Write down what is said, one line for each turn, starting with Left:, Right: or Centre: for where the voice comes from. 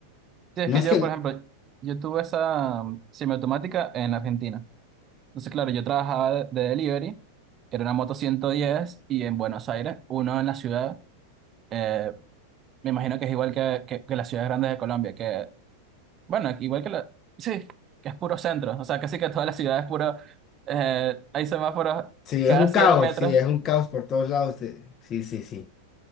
Right: Sí, es
Left: No
Right: que
Left: es
Right: yo,
Left: que,
Right: por ejemplo, yo tuve esa mm, semiautomática en Argentina. Entonces, claro, yo trabajaba de, de delivery, era una moto 110 y en Buenos Aires, uno en la ciudad, eh, me imagino que es igual que, que, que las ciudades grandes de Colombia, que, bueno, igual que la, sí, que es puro centro, o sea, casi que toda la ciudad es puro, eh, hay semáforos
Left: si
Right: cada
Left: es un
Right: 100
Left: caos,
Right: metros.
Left: sí, es un caos por todos lados. eh, Sí, sí, sí.